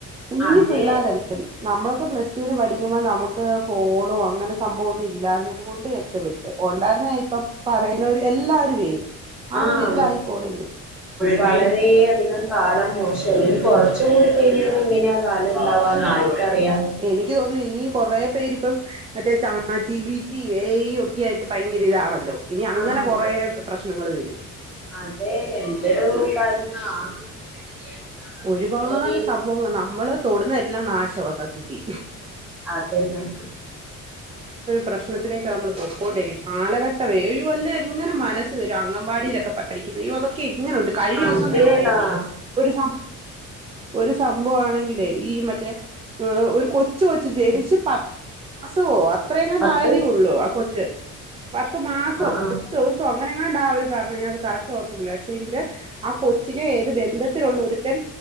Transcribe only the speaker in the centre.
അതെ
ആഹ്
വളരെയധികം കാലം മോശല്ല ഇനി കൊറച്ചും കൂടി കഴിഞ്ഞാ എങ്ങനെയാ കാലംണ്ടാവാന്ന് ആർക്കറിയാ
ആഹ്
അതെ എന്തൊരു കാര്യങ്ങളാണ് <unintelligible>
വളരെ
അതന്നെ
അതേടാ
പത്ത്
ആഹ് ആഹ്